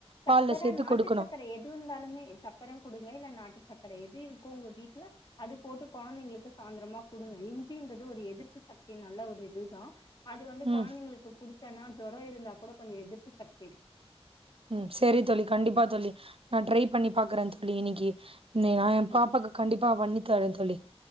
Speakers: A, on the left; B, on the right.
A: சக்கர
B: பால்ல சேத்து
A: நாட்டு
B: கொடுக்கணும்
A: சக்கர எது இருந்தாலுமே சக்கர கொடுங்க இல்ல நாட்டு சக் அது எது இருக்கோ உங்க வீட்டுல அது போட்டு கொழந்தைங்களுக்கு சாயந்திரமா குடுங்க இஞ்சின்றது ஒரு எதிர்ப்பு சக்தி நல்ல ஒரு இதுதா அது வந்து
B: ம்
A: கொழந்தைங்களுக்கு குடுத் ஏன்னா ஜுரம் இருந்தா கூட கொஞ்சோ எதிர்ப்பு சக்தி இருக்கு
B: ம் சரி தோழி கண்டிப்பா தோழி நா ட்ரை பண்ணி பாக்குறே தோழி இன்னிக்கு இ நா என்
A: ம்
B: பாப்பாக்கு கண்டிப்பா பண்ணி சரி தோழி